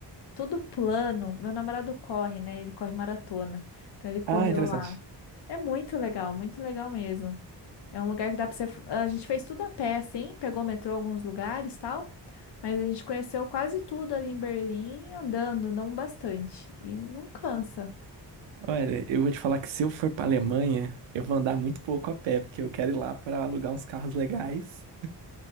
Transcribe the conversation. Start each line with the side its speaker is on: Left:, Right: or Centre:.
Left: Tudo plano. Meu namorado corre, né? Ele corre maratona. Então ele correu
Right: Ah, interessante.
Left: lá. É muito legal, muito legal mesmo. É um lugar que dá para você. A gente fez tudo a pé, assim, pegou metrô em alguns lugares, tal. Mas a gente conheceu quase tudo ali em Berlim, andando, andamos bastante. E não cansa.
Right: Olha, eu vou te falar que se eu for pra Alemanha, eu vou andar muito pouco a pé, porque eu quero ir lá pra alugar uns carros legais.